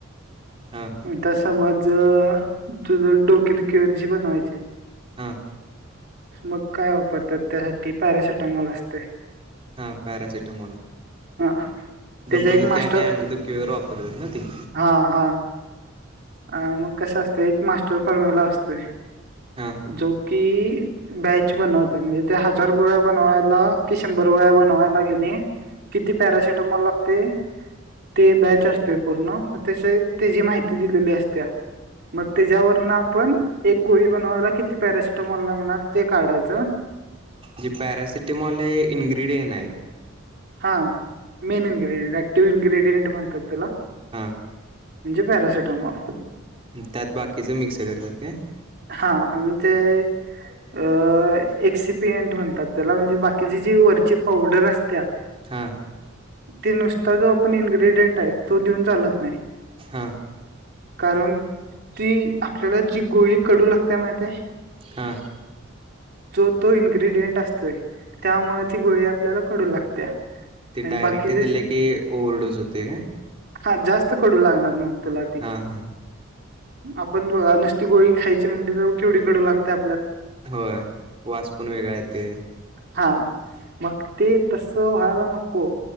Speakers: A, on the right; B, on the right.
A: हां
B: आता समज तुझ डोकेदुखी वरची बनवायचे.
A: हां
B: मग काय वापरतात त्यासाठी पॅरासेिटामॉल असते.
A: हा पॅरासिटमोल
B: हा त्याचा
A: डोकदुखी
B: एक मास्टर
A: आणि अंगदुखी वर वापरतात ना ती
B: हा हा अ मग कसं असत एक मास्टर फॉर्म्युला असतो
A: हा
B: जो कि बॅच बनवतात म्हणजे त्या हजार गोळ्या बनवायला कि शंभर गोळ्या बनवायला घेणे किती पॅरासिटमॉल लागते ते बॅच असते पूर्ण मग त्यास त्याची माहिती दिलेली असत्या. मग त्याच्यावरन आपण एक गोळी बनवायला किती पॅरासिटामॅल लागणार ते काढायचं.
A: जी पॅरासिटेमॉल हे इन्ग्रीडियंट आहे एक
B: हा मेन इन्गेडियंट ऍक्टिव्ह इ्ग्रेडियंट म्हणतात त्याला
A: हा
B: म्हणजे पॅराासिटमॉोल
A: त्यात बाकीच मिक्स करतात काय?
B: हा आ ते अ एसी पी एंट म्हणतात त्याला म्हणजे बाकीची जी वरची पावडर असत्या
A: हा
B: ते नुसता जो आपण इन्ग्रेडियंट आहे तो देऊन चालत नाही.
A: हा
B: कारण ती आपल्याला जी गोळी कडू लागते माहितेय.
A: हा
B: जो तो इन्ग्रेडियंट असतोय त्यामुळे ती गोळी आपल्याला कडू लागत्या.
A: ते
B: आणि
A: डायरेक्ट
B: बाकीचे
A: दिले की ओव्हरडोस होते काय
B: हा जास्त कडू लागणार कडू लागती.
A: हां हां
B: आपण बघा नुसती गोळी खायची म्हणली तर केवडी कडू लागत्या.
A: होय वास पण वेगळा येतोय.
B: हा मग ते तस व्हायला नको